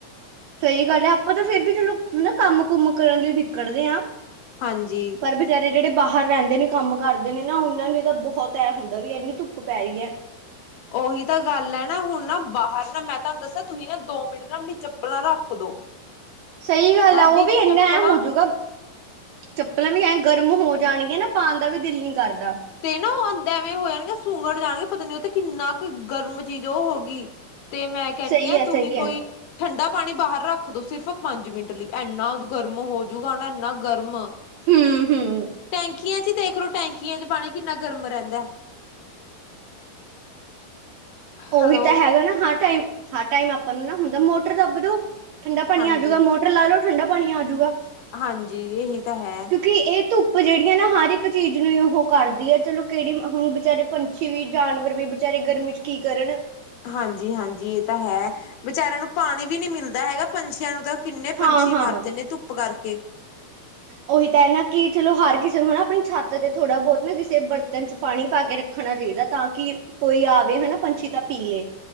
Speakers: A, on the right; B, on the left.
A: ਸਹੀ ਗੱਲ ਹੈ ਆਪਾਂ ਤਾਂ ਫੇਰ ਵੀ ਚਲੋ ਹਨਾ ਕੰਮ ਕੁਮ ਕਰਨ ਲਈ ਨਿਕਲਦੇ ਹਾਂ।
B: ਹਾਂਜੀ
A: ਪਰ ਵਿਚਾਰੇ ਜਿਹੜੇ ਬਾਹਰ ਰਹਿੰਦੇ ਨੇ ਕੰਮ ਕਰਦੇ ਨੇ ਨਾ ਉਹਨਾਂ ਨੂੰ ਇਹਦਾ ਬਹੁਤ ਇਹ ਹੁੰਦਾ ਵੀ ਇਹਨੀ ਧੁੱਪ ਪੈ ਰਹੀ ਹੈ।
B: ਉਹੀ ਤਾਂ ਗੱਲ ਹੈ ਨਾ ਹੁਣ ਨਾ ਬਾਹਰ ਨਾ ਮੈਂ ਤੁਹਾਨੂੰ ਦੱਸਾਂ ਤੁਸੀਂ ਨਾ ਦੋ ਮਿੰਟ ਨਾ ਆਪਣੀ ਚੱਪਲਾਂ ਰੱਖ ਦੋ। <inaudible>
A: ਸਹੀ ਗੱਲ
B: ਸਾਡੀ
A: ਹੈ ਉਹ ਵੀ ਇੰਨਾ
B: ਚੱਪਲਾਂ
A: ਐਂ ਹੋਜੂਗਾ। ਚੱਪਲਾਂ ਵੀ ਐਂ ਗਰਮ ਹੋ ਜਾਣਗੀਆਂ ਨਾ ਪਾਉਣ ਦਾ ਵੀ ਦਿਲ ਨਹੀਂ ਕਰਦਾ।
B: ਤੇ ਨਾ ਉਹ ਐਵੇਂ ਹੋ ਜਾਣਗੇ ਸੁੰਗੜ ਜਾਣਗੇ ਪਤਾ ਨੀ ਉਹ ਤੇ ਕਿੰਨਾ ਕੁ ਗਰਮ ਚੀਜ਼ ਉਹ ਹੋ ਗਈ। ਤੇ ਮੈਂ ਕਹਿੰਣੀ
A: ਸਹੀ
B: ਹਾਂ
A: ਹੈ
B: ਤੁਹੀ
A: ਸਹੀ
B: ਕੋਈ
A: ਹੈ
B: ਠੰਡਾ ਪਾਣੀ ਬਾਹਰ ਰੱਖ ਦੋ ਸਿਰਫ ਪੰਜ ਮਿੰਟ ਲਈ ਇੰਨਾ ਗਰਮ ਹੋਜੂਗਾ ਨਾ ਇੰਨਾ ਗਰਮ
A: ਹੂੰ-ਹੂੰ
B: ਟੈਂਕੀਆਂ 'ਚ ਹੀ ਦੇਖ ਲੋ ਟੈਂਕੀਆਂ 'ਚ ਪਾਣੀ ਕਿੰਨਾ ਗਰਮ ਰਹਿੰਦਾ ਹੈ। ਹੈਲੋ
A: ਉਹੀ ਤਾਂ ਹੈਗਾ ਨਾ ਹਰ ਟਾਈਮ ਹਰ ਟਾਈਮ ਆਪਾਂ ਨੂੰ ਨਾ ਹੁੰਦਾ ਮੋਟਰ ਦੱਬ ਦੋ। ਠੰਡਾ ਪਾਣੀ
B: ਹਾਂਜੀ
A: ਆਜੂ ਗਾ ਮੋਟਰ ਲਾ ਲਓ ਠੰਡਾ ਪਾਣੀ ਆਜੂਗਾ।
B: ਹਾਂਜੀ ਇਹੀ ਤਾਂ ਹੈ।
A: ਕਿਉਂਕਿ ਇਹ ਧੁੱਪ ਜਿਹੜੀ ਆ ਨਾ ਹਰ ਇੱਕ ਚੀਜ਼ ਨੂੰ ਉਹ ਕਰਦੀ ਹੈ ਚਲੋ ਕਿਹੜੀ ਹੁਣ ਵਿਚਾਰੇ ਵੀ ਜਾਨਵਰ ਵੀ ਵਿਚਾਰੇ ਗਰਮੀ 'ਚ ਕੀ ਕਰਨ
B: ਹਾਂਜੀ -ਹਾਂਜੀ ਇਹ ਤਾਂ ਹੈ ਵਿਚਾਰਿਆਂ ਨੂੰ ਪਾਣੀ ਵੀ ਨਹੀਂ ਮਿਲਦਾ ਹੈਗਾ ਪੰਛੀਆਂ ਨੂੰ ਤਾਂ ਕਿੰਨੇ
A: ਹਾਂ
B: ਪੰਛੀ
A: ਹਾਂ
B: ਮਰਦੇ ਨੇ ਧੁੱਪ ਕਰਕੇ
A: ਉਹੀ ਤਾਂ ਹੈ ਨਾ ਕਿ ਚਲੋ ਹਰ ਕਿਸੇ ਨੂੰ ਹਨਾ ਆਪਣੀ ਛੱਤ ਤੇ ਥੋੜ੍ਹਾ ਬਹੁਤ ਨਾ ਕਿਸੇ ਬਰਤਨ 'ਚ ਪਾਣੀ ਪਾ ਕੇ ਰੱਖਣਾ ਚਾਹੀਦਾ ਤਾਂ ਕਿ ਕੋਈ ਆਵੇ ਹਨਾ ਪੰਛੀ ਤਾਂ ਪੀ ਲਏ।